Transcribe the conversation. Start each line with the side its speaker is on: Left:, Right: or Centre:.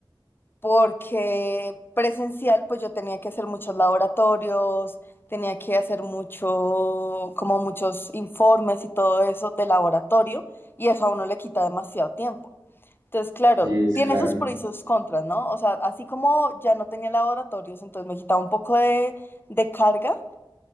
Left: porque presencial, pues yo tenía que hacer muchos laboratorios, tenía que hacer mucho, como muchos informes y todo eso de laboratorio, y eso a uno le quita demasiado tiempo. Entonces, claro,
Right: Sí, es
Left: tiene
Right: claro.
Left: sus pros y sus contras, ¿no? O sea, así como ya no tenía laboratorios, entonces me quitaba un poco de, de carga,